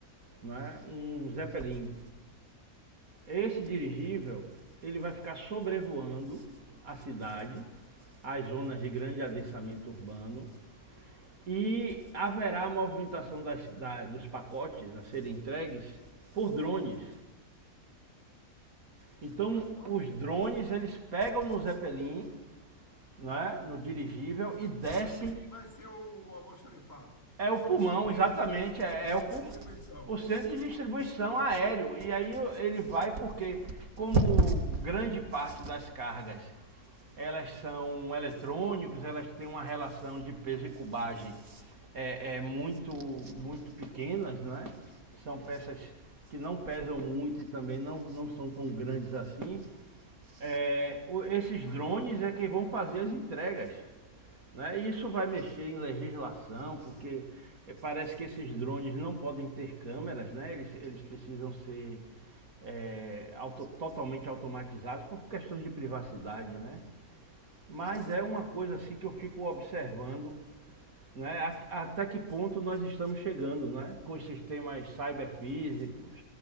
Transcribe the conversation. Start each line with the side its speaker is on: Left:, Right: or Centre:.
Right: né, um Zeppelin. Esse dirigível ele vai ficar sobrevoando a cidade, as zonas de grande adensamento urbano, E haverá a movimentação das, da, dos pacotes a serem entregues por drones.
Left: Você
Right: Então,
Left: já imaginou?
Right: os drones eles pegam no Zeppelin, né, no dirigível, e descem
Left: O Zeppelin vai ser o almoxarifado,
Right: É o pulmão,
Left: o CD,
Right: exatamente. É,
Left: o centro
Right: é o, pul...
Left: de distribuição.
Right: o centro de distribuição aéreo. E aí ele vai porque, como grande parte das cargas elas são eletrônicos, elas têm uma relação de peso e cubagem é, é muito, muito pequenas, não é? São peças que não pesam muito e também não, não são tão grandes assim. É, o- esses drones é quem vão fazer as entregas. Né? Isso vai mexer em legislação, porque eh, parece que esses drones não podem ter câmeras, né? eles, eles precisam ser eh, auto- totalmente automatizados por questões de privacidade. Né? Mas é uma coisa assim que eu fico observando né? A- até que ponto nós estamos chegando né? com os sistemas cyberfísicos,